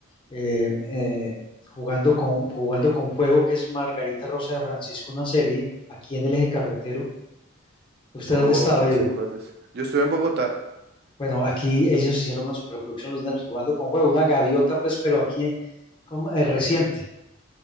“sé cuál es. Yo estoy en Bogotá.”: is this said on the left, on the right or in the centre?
Right